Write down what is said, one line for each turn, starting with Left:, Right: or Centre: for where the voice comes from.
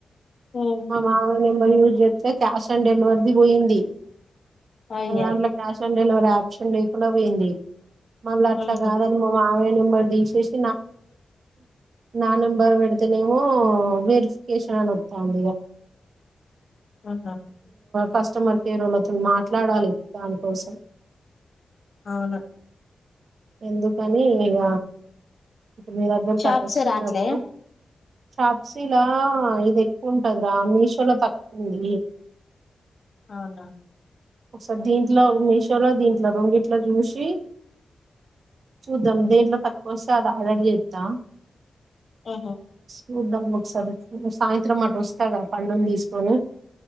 Left: హ్మ్
Right: మావ నెబర్ యజ అతే క్యాష్ ఆన్ డెలివరీది పోయింది
Left: అయ్యో
Right: అాంట్లో క్యాష్ ఆన్ డెలివీ ఆప్షన్ కూడా పోయింది మళ్ళీ అట్లా
Left: హుహు
Right: కాదని మా మావేన సి నా నా నెంబర్ పెడితేనేమో వెరిఫికేషన్ అనిస్తాంది ఇక
Left: ఆహా
Right: కష్టమా నేను వాళ్ళతో మాట్లాడాలి దానికోసం
Left: అవును
Right: ఎందుకని ఇక ఇప్పుడు మీ దగ్గర
Left: షార్ట్సే
Right: కట్టొస్తున్నప్పుడు
Left: రాట్లే
Right: షాప్సీలా ఇది ఎక్కువ ఉంటందిరా మీషోలో తక్కువంది
Left: అవునా
Right: ఒకసారి దీంట్లో మీషోలో దీంట్లో రెండిట్లో చూసి చూద్దాం దీంట్లో తక్కువ వస్తే అది ఆడర్ చేస్తాం
Left: ఓహో
Right: చూద్దాం ఒకసారి సాయంత్రం అటు వస్తా క పండును తీసుకొని